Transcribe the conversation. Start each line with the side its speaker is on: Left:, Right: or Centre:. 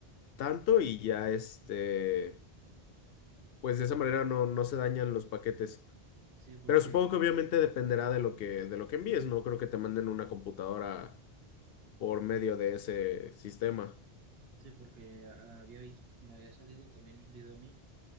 Left: tanto y ya este, pues de esa manera no, no se dañan los paquetes.
Right: Sí, porque,
Left: Pero supongo que obviamente dependerá de lo que, de lo que envíes, no creo que te manden una computadora por medio de ese sistema.
Right: sí, porque había visto, me había salido también un video a mí